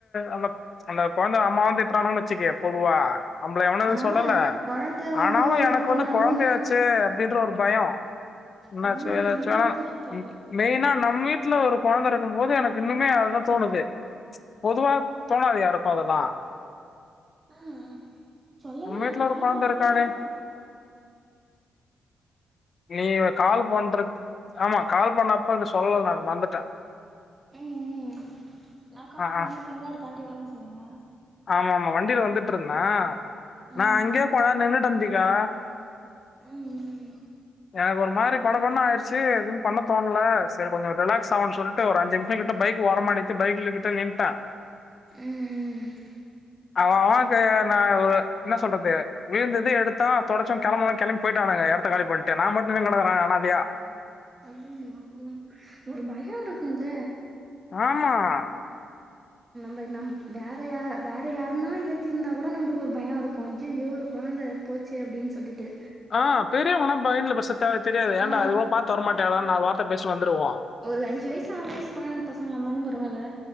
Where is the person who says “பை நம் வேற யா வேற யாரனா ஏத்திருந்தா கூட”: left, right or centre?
Right